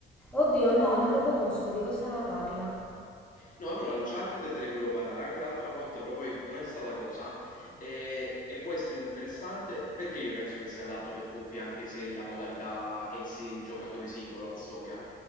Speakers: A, in the centre; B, on the left.
A: Oddio, no, non lo conosco, di cosa parla?
B: No, allora Uncharted te ne volevo parlare anche l'altra volta, però poi non è stata cosa. E, e può essere interessante perché io penso che sia adatto per coppie, anche se la modalità è sim giocatore singolo, la storia.